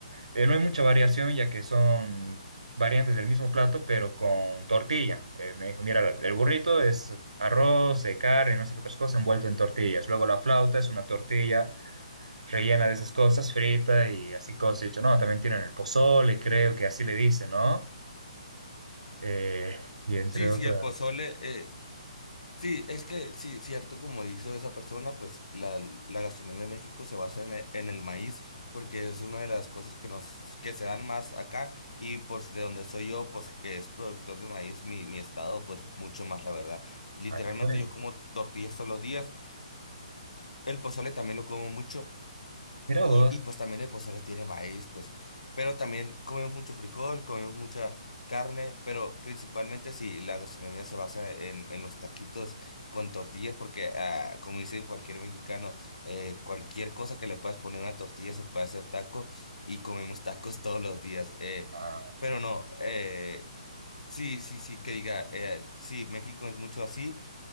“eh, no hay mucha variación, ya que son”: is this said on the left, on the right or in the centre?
Right